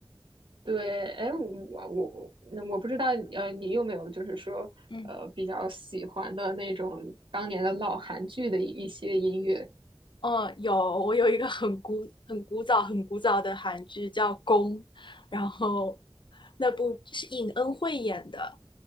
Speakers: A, on the right; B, on the left.
A: 对，哎，我我那我不知道，呃，你有没有就是说呃比较喜欢的那种当年的老韩剧的一一些音乐？
B: 嗯。嗯，有，我有一个很古、很古早、很古早的韩剧叫《宫》，然后那部是尹恩惠演的，